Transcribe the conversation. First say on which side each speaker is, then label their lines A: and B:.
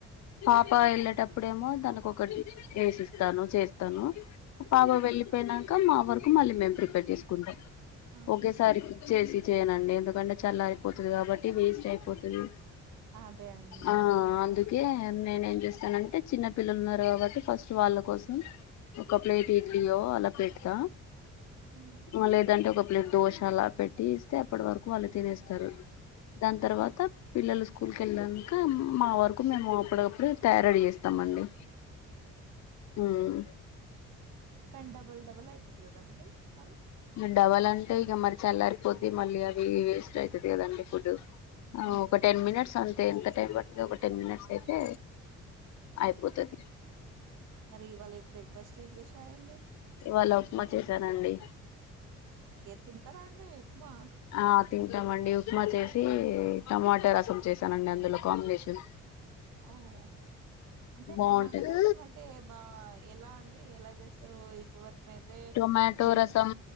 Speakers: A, on the left (about 65°); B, on the right (about 85°).
A: పాప వెళ్ళేటప్పుడేమో దానకు ఒకటి వేసిస్తాను చేస్తాను పాప
B: ఉమ్,
A: వెళ్ళిపోయినాక మా వరకు మళ్ళీ మేము ప్రిపేర్ చేసుకుంటాం
B: ఆహా
A: ఒకేసారి
B: ఓకే
A: కుక్ చేసి చేయనండి ఎందుకంటే చల్లారి పోతది కాబట్టి వేస్ట్ అయిపోతది
B: అదే అండి
A: ఆ అందుకే నేనేం చేస్తానంటే చిన్న పిల్లలు ఉన్నారు కాబట్టి ఫస్ట్ వాళ్ళ కోసం ఒక ప్లేట్ ఇడ్లీయో అలా పెడతా
B: ఉమ్,
A: ఇంగ లేదంటే ఒక ప్లేట్ దోశ అలా పెట్టి ఇస్తే అప్పట్ వరకు వాళ్ళు తినేస్తరు. దాన్ తర్వాత పిల్లలు స్కూల్కెలంక మా వరకు మేము అప్పటికప్పుడు తయార్ రెడీ చేస్తామండి. మ్
B: కన్ డబల్ డబల్ అయితది కదండి పని
A: మరి డవల్ అంటే ఇగ మరి చల్లారిపోద్ది మళ్ళీ అవి వేస్ట్ అయితది కదండి ఫుడ్
B: ఉమ్.
A: ఒక టెన్ మినిట్స్ అంతే ఎంత టైం పడుతది ఒక టెన్ మినిట్స్ అయితే అయిపోతది
B: మరి ఇవాళ బ్రేక్ఫాస్ట్ ఏం చేశారండి
A: ఇవాళ ఉప్మా చేశానండి
B: ఓకే తింటారా అండి ఉప్మా
A: ఆ తింటమండి. ఉప్మా చేస్ టమాట రసం చేసానండి అందులో కాంబినేషన్
B: ఓహో అంటే
A: బాగుంటది
B: టమాట రసం అంటే బా ఎలా అండి ఎలా చేస్తారు ఇప్పుడు వరకు అయితే
A: టొమాటో
B: నేను
A: రసం